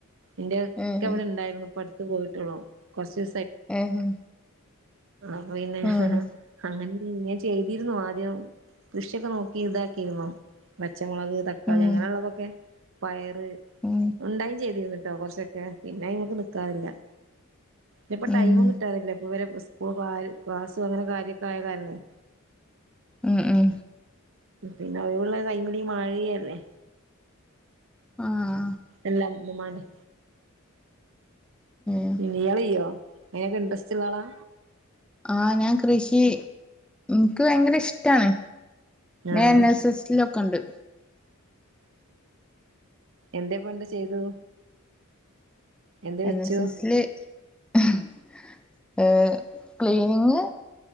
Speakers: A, on the right; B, in the centre.
A: ഇന്റെക്കവിടെ
B: ഏഹ്
A: ഇണ്ടായിരുന്നു, ഇപ്പട്ത്ത് പോയിട്ടുള്ളൂ. കുറച്ച്സ്
B: ഏഹ്
A: അപ്പൊ പിന്നെ ആ
B: ഏഹ്
A: ഹാ അങ്ങനെ ഇങ്ങൻ ചെയ്തിരുന്നു ആദ്യം കൃഷിയൊക്കെ നോക്കി ഇതാക്കിരുന്നു പച്ചമുളക് തക്കാളി
B: ഉം
A: അങ്ങനെ ഉള്ളതൊക്കെ പയ അത്
B: ഉം
A: ഉണ്ടായിം ചെയ്തിന്നു ട്ടോ കൊറച്ചൊക്കെ പിന്നെ അയ്മക്ക് നിക്കാറില്ല ഞപ്പ
B: ഉം
A: ടൈമും കിട്ടാറില്ല ഇപ്പ വരെ സ്കൂൾ ക്ലാസ്സും അങ്ങനെ കാര്യൊക്കെ ആയ കാരണേ
B: മ് മ്
A: പിന്നെ ഒഴിവുള്ള ടൈമില് ഈ മഴിയല്ലേ
B: ആഹ്
A: എല്ല മ്മമ്മാന്റെ
B: ഏഹ്
A: ഇ ഇയാളയ്യോ അയിനൊക്കെ ഇൻട്രസ്റ്റ് ഇള്ളാളാ
B: ആഹ ഞാൻ കൃഷി ഇൻക്ക് ഭയങ്കര ഇഷ്ടാണ്
A: ആഹ്
B: നാൻ എൻ എസ് എസിലൊക്കെണ്ട്
A: എന്തേപ്പം എന്ത ചെയ്തു എന്ത് വെച്ചു
B: എൻ എസ് എസില് അഹ് ഏ ക്ലീനിങ്